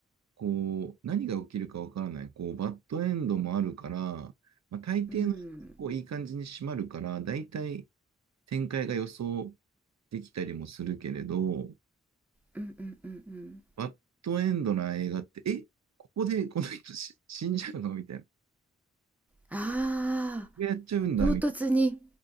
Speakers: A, on the right (about 65°); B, in the centre.
A: こう、何が起きるかわからない。こう、バッドエンドもあるから、まあ、大抵のこういい感じに締まるから、
B: うん
A: 大体展開が予想できたりもするけれど、
B: うんうんうんうん
A: バッドエンドな映画って、え、ここでこの人し死んじゃうのみたいな。こ
B: ああ
A: れやっちゃうんだみたいな
B: ー唐突に